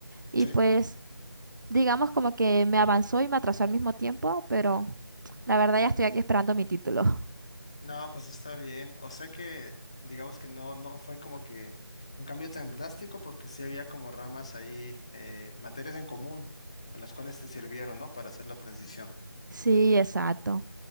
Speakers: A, on the right (about 50°); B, on the left (about 15°).
A: Y
B: Sí.
A: pues digamos como que me avanzó y me atrasó al mismo tiempo, pero la verdad ya estoy aquí esperando mi título. <laughs>
B: No, pues está bien. O sea que digamos que no, no fue como que un cambio tan drástico porque sí había como ramas ahí, eh, materias en común con las cuales te sirvieron, ¿no? Para hacer la transición.
A: Sí, exacto.